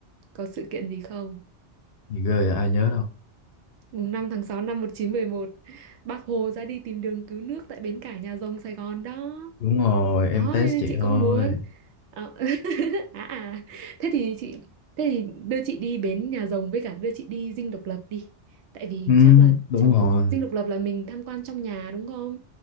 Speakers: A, on the right; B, on the left.
A: có sự kiện gì không?
B: gì ghê ai nhớ đâu
A: Mùng 5 tháng 6 năm 1911 Bác Hồ ra đi tìm đường cứu nước tại bến cảng Nhà Rồng Sài Gòn đó.
B: đúng rồi, em
A: Đó
B: test
A: nên
B: chị
A: chị
B: ơi.
A: cũng muốn Ờ, <laughs> à, à thế thì chị thế thì đưa chị đi bến Nhà Rồng với cả đưa chị đi Dinh Độc Lập đi tại vì
B: ừ,
A: chắc là
B: đúng
A: trong
B: rồi
A: Dinh Độc Lập là mình tham quan trong nhà đúng không